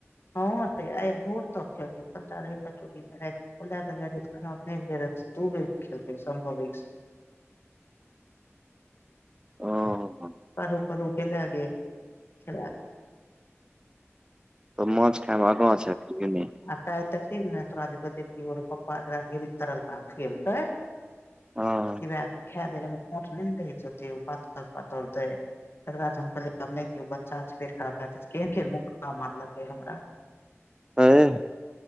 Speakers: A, on the left; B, on the right.
A: हँ र आ भोर तऽ खेलतटा रहटोरी मे रह ओला त खराब नहिर तू बे खत सम्भव
B: ओ ह
A: पररू कररू के लए ग ल
B: तऽ मज खाय भ कं बुझ
A: आ का तऽ ती ब प्पाीतारलकीलै
B: ह
A: क खे देमे खोट न छै त पातर पथर दे तकर बाद हम कहल दियौ बच्चा पेट खराब भएत के केरा मारलकै हमरा
B: आँ